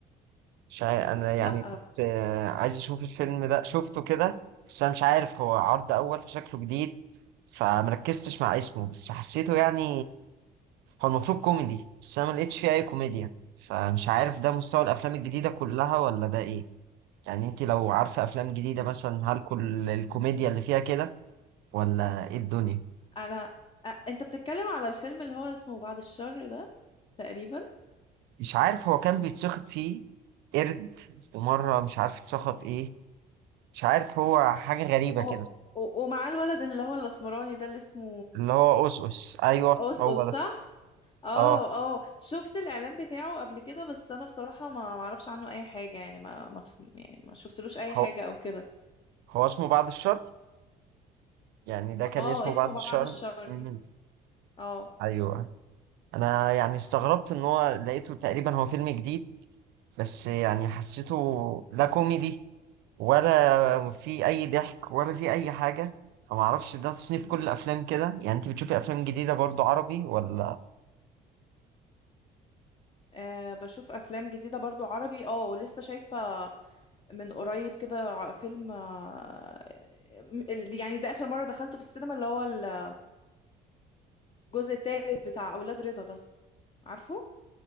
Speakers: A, on the right (about 90°); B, on the left (about 30°).
A: مش عا- انا يعني
B: لا
A: كنت آه عايز اشوف الفيلم ده شفته كده بس انا مش عارف هو عرض اول فشكله جديد فمركزتش مع اسمه بس حسيته يعني هو المفروض كوميدي بس انا ما لقيتش فيه اي كوميديا فمش عارف ده مستوى الافلام الجديده كلها ولا ده ايه يعني انت لو عارفه افلام جديده مثلا هل كل الكوميديا اللي فيها كده ولا ايه الدنيا
B: انا أ- انت بتتكلم على الفيلم اللي هو اسمه بعد الشر ده تقريبا
A: مش عارف هو كان بيتسخط فيه قرد ومره مش عارف اتسخط ايه مش عارف هو حاجه غريبه
B: و...
A: كده
B: و... ومعاه الولد اللي هو الاسمراني ده اللي اسمه
A: اللي هو اوسوس ايوه
B: اوس
A: هو
B: اوس
A: ده
B: صح اه
A: اه
B: اه شفت الاعلان بتاعه قبل كده بس انا بصراحة ما ما اعرفش عنه اي حاجة يعني ما ما ف- يعني ما شفتلوش اي
A: هو
B: حاجة او كده
A: هو اسمه بعد الشر يعني ده كان
B: اه
A: اسمه
B: اسمه
A: بعد
B: بعد
A: الشر
B: الشر
A: مم.
B: اه
A: ايوه انا يعني استغربت ان هو لقيته تقريبا هو فيلم جديد بس يعني حسيته لا كوميدي ولا في اي ضحك ولا في اي حاجه فما اعرفش ده تصنيف
B: مم.
A: كل الافلام كده يعني انت بتشوفي افلام جديده برضو عربي ولا
B: آه بشوف افلام جديدة برضو عربي اه لسه شايفة من قريب كده ع- فيلم آه، م- ال- يعني ده آخر مرة دخلته في السينما اللي هو الجزء التالت بتاع أولاد رضا ده عارفه